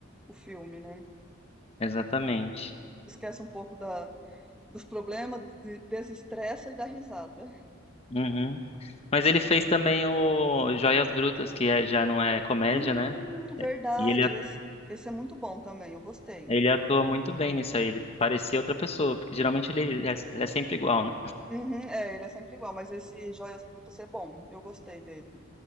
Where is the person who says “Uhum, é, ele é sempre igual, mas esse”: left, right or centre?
Centre